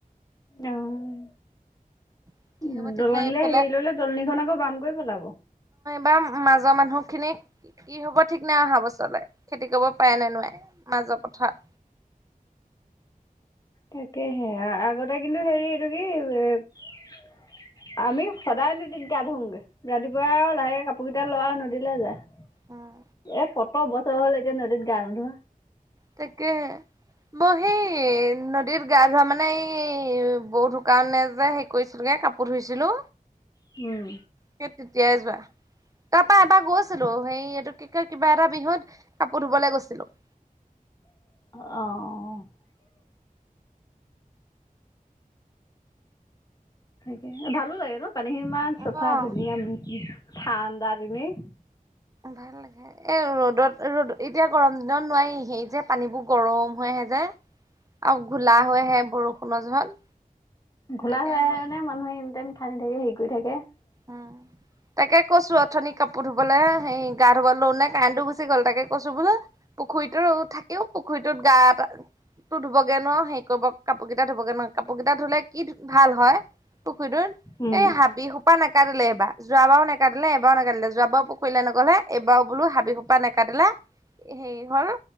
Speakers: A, on the left (about 25°); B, on the right (about 25°).
A: আহ
B: কি হ'ব ঠিক
A: দলনিলে
B: নাই এইফালে
A: হেৰি ললে দলনিখন আকৌ বাম কৰি পেলাব
B: বা মাজৰ মানুহ খিনিক কি হ'ব ঠিক নাই অহা ব চলে খেতি কৰিব। পায় নে নোৱাই মাজৰ পথাৰ।
A: তাকেহে আগতে কিন্তু হেৰি এইটো কি এ আমি সদায় নদীত গা ধুওগে ৰাতিপুৱা আৰু লাহেক কাপোৰ কেইটা ল আৰু নদীলৈ যায়।
B: উম
A: এ কত বছৰ হ'ল এতিয়া নদীত গা নোধোৱা
B: তাকে। মই সেই নদীত গা ধোৱা মানে এই বৌ ধুকাওঁতে যে হে কৰিছিলগে কাপোৰ ধুইছিলো।
A: হম।
B: সেই তেতিয়াই যোৱা। তাৰ পা এবাৰ গৈছিলো সেই এইটো কিবা এটা বিহুত কাপোৰ ধুবলৈ গৈছিলো।
A: আহঁ। তে ভালো লাগে ন পানীখিনি ইমান চফা
B: অ
A: ধুনীয়া ধান। <unintelligible>
B: ভাল লাগে এ ৰ'দত ৰ'দ এতিয়া গৰম দিনত নোৱাৰি সেই যে পানীবোৰ গৰম হৈ আহে যে।
A: <inaudible>
B: আৰু ঘোলা হৈ আহে বৰষুণৰ জহত।
A: ঘোলা
B: এতিয়া
A: হৈ আহে
B: নোৱাৰি
A: মানে মানুহে এটাই মিঠানদি থাকে হেৰি কৰি থাকে। <inaudible>
B: উম তাকে কৈছো আঁথনি কাপোৰ ধুবলে সেই গা ধুব লওঁ নে কাৰেটটো গুচি গ'ল তাকে কৈছো বোলো। পুখুৰীটোৰ থাকেও পুখুৰীটোত গাত তোৰ ধুবগে নোৱাৰ সেই কৰিব কাপোৰ কেইটা ধুবগে নোৱাৰ কাপোৰ কেইটা ধুলে কি ভাল হয়। সুন
A: উম
B: এই হাবি কাটিলে এবাৰ যোৱাবাৰও নেকাটিলে এবাৰো নেকাটিলে দিলে যোৱাবাৰ পুখুৰী লে নগ'লে এইবাৰ বোলো হাবি খোপা নেকাটিলে সেই ঘৰ